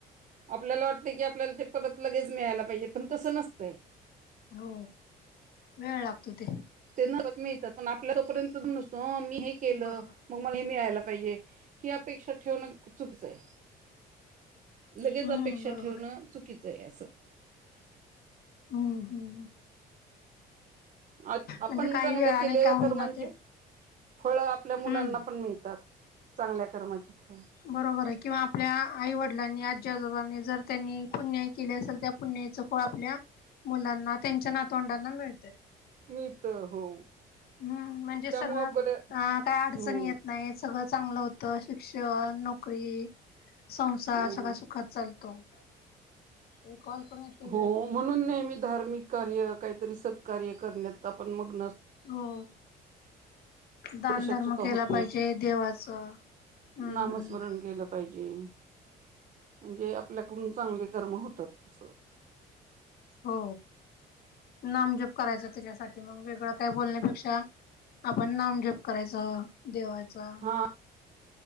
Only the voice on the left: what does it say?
हो वेळ लागतो ते
बरोबर
हम्म
बरोबर
हम्म हम्म.
म्हणजे काही
वेळाने
का होईना
ते
हम्म
बरोबर आहे किंवा आपल्या आई वडिलांनी आ आजी आजोबांनी जर त्यांनी पुण्याई केली असेल त्या पुण्याईचं फळ आपल्या मुलांना त्यांच्या नातवंडाना मिळ
हम्म म्हणजे
सगळं
अ काय अडचण
येत नाही सगळं चांगलं होतं शिक्षण नोकरी संसार
सगळा सुखात चालतो हे कॉल करून येते
ग
हो दानधर्म
केला
पाहिजे देवाच हम्म
हम्
हो नामजप करायचं त्याच्यासाठी मग वेगळं काय बोलण्यापेक्षा आपण नाम जप करायच देवाचा